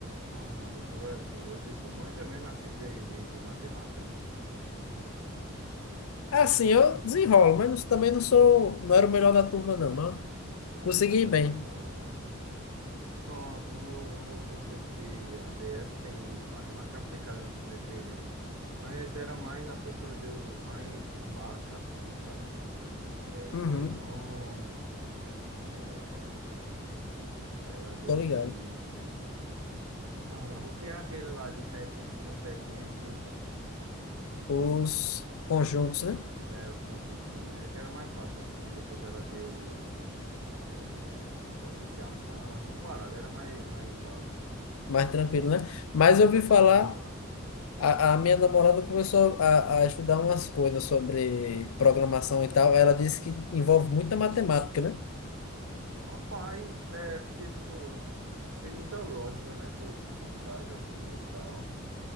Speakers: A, on the right (about 85°); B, on the left (about 85°).
A: Caramba, tu é doido. E tu manja mesmo assim de, de, de matemática?
B: Assim, eu desenrolo, mas não- também não sou, não era o melhor da turma, não, mas
A: Ah,
B: consegui
A: dá pra
B: ir bem.
A: desenrolar, né? Pronto, no meu, no meu curso esse de ADS tem em matemática aplicada no primeiro período. Mas esse era mais, a professora deu mais o básico assim, sabe? É, polinômios,
B: Uhum,
A: é, ela deu
B: tô ligado.
A: de... Caramba, o que é aquele lá de pertence e não pertence?
B: Os conjuntos, né?
A: É, os conjuntos numéricos era mais fácil assim. Aí depois ela deu é, potenciação, essas paradas, era mais, mais básico.
B: Mais tranquilo, né? Mas
A: Aí aí
B: eu ouvi
A: dá
B: falar.
A: pra desenrolar.
B: A, a minha namorada começou a, a estudar umas coisas sobre programação e tal. Ela disse que envolve muita matemática, né?
A: Rapaz, é porque, tipo, tem muita lógica, né, por, por trás, assim, e tal.